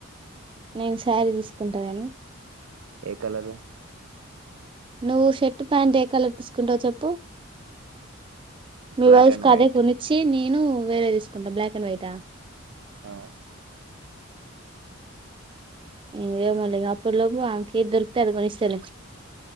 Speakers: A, on the right (about 25°); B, on the right (about 85°).
A: నేను శారీ తీసుకుంటాగని
B: ఎ కలరు
A: నువ్వు షర్టు ప్యాంట్ ఏ కలర్ తీసుకుంటావు చెప్పు మీ
B: బ్లాక్
A: వైఫ్
B: అండ్
A: కదేకొనిచ్చి
B: వైట్
A: నేను వేరే తీసుకుంటా బ్లాక్ అండ్ వైటా
B: ఆ
A: ఏదో మళ్ళీ అప్పుడులోపు ఆమెకి ఏది దొరుకుతే అది కొనిస్తలే